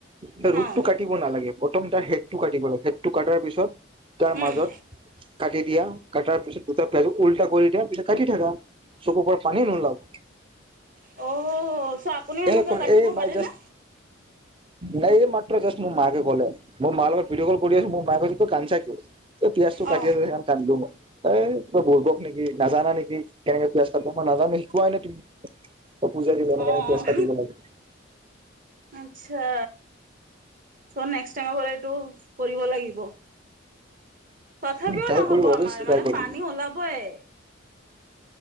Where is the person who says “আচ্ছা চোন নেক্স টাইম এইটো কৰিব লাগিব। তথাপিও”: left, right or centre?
Right